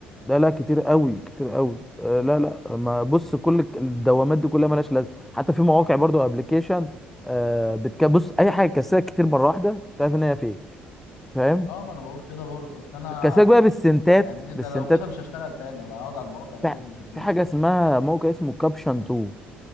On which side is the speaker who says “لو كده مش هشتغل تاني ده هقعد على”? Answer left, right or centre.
Left